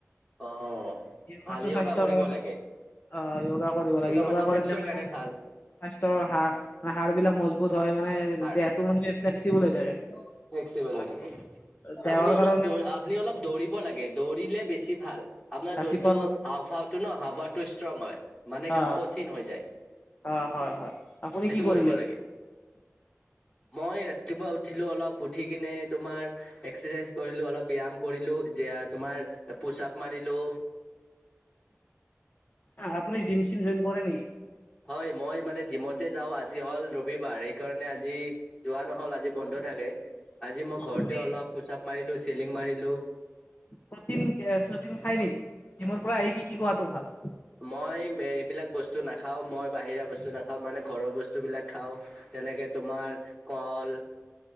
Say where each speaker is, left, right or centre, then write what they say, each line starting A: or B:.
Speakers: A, on the left; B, on the left.
A: অঁ
B: য়গাটো
A: ভাল য়োগা
B: স্বাস্থ্য
A: কৰিব
B: কাৰনে
A: লাগে
B: বহুত অ য়োগা কৰিব লাগে য়োগা
A: মানুহৰ
B: কৰিলে
A: স্বাস্থ্যৰ
B: মানে
A: কাৰণে ভাল
B: স্বাস্থ্যৰ সাৰ-সাৰ বিলাক মজবুত হয় মানে
A: আৰু
B: দেহটো মানে ফ্লেক্সিবল হৈ থাকে।
A: ফ্লেক্সিবল
B: আৰু
A: হৈ থাকে।
B: দেহৰ
A: আপুনি
B: কাৰণে
A: অলপ দৌ
B: ভাল।
A: আপুনি অলপ দৌৰিব লাগে দৌ দিলে বেছি ভাল আপোনাৰ
B: ৰাতিপুৱা
A: যোনটো
B: অলপ
A: হাওফাওটো ন হাহ ফাওটো ষ্ট্ৰং হয়। মানে কাম
B: অ'
A: কঠিন হৈ যায়।
B: অ' হয় হয়। আপুনি কি
A: <inaudible>
B: কৰিলে?
A: কৰিব লাগে মই আ ৰাতিপুৱা উঠিলো অলপ, উঠি কিনে তুমাৰ এক্সাৰচাইজ কৰিলো অলপ ব্যায়াম কৰিলো যে তোমাৰ পুছ আপ মাৰিলো।
B: আপুনি জিম চিম জইন কৰে নেকি?
A: হয় মই মানে জিমতে যাও আজি হল ৰবি বাৰ কাৰণে আজি যোৱা নহল আজি বন্ধ থাকে, আজি মই ঘৰতে
B: আপুনি
A: অলপ পুচ আপ মাৰি চেলিং মাৰিলো।
B: প্ৰতিন ছটিন খায় নেকি? জিমৰ পৰা আহি কি কি খোৱাটো ভাল।
A: মই এইবিলাক বস্তু নাখাও মই বাহিৰা বস্তু নাখাও মানে ঘৰৰ বস্তু। বস্তুবিলাক খাওঁ তেনেকে তোমাৰ কল,